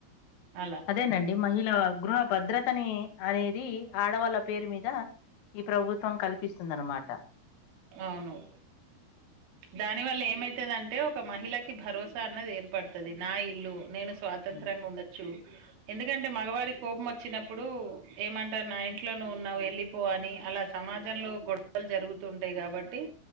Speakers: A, on the right; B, on the left.
A: అలా
B: అదేనండి మహిళ గృహ భద్రతనీ అనేది ఆడవాళ్ళ పేరు మీద ద ఈ ప్రభుత్వం కల్పిస్తుందిన్నమాట
A: అవును దాని వల్ల ఏమైతదంటే ఒక మహిళకి భరోసా అన్నది ఏర్పడతది నా ఇల్లు నేను స్వాతంత్రంగ
B: ఉమ్
A: ఉండొచ్చు ఎందుకంటే మగవారి కోపం వచ్చినప్పుడు ఏమంటారు నా ఇంట్లో నువ్వు ఉన్నావు ఎళ్ళిపో అని అలా సమాజంలో గొడవలు జరుగుతూ ఉంటాయి కాబట్టి